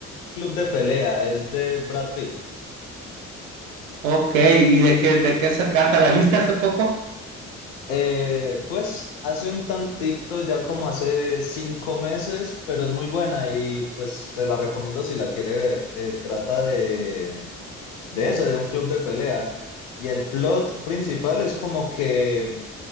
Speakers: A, on the left; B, on the right.
A: Club de Pelea. Es de Brad Pitt.
B: Ok, ¿y de qué, de qué se trata? ¿La viste hace poco?
A: Eh, pues hace un tantito, ya como hace cinco meses, pero es muy buena y pues se la recomiendo si la quiere ver. Eh, trata de, de eso, de un club de pelea. Y el plot principal es como que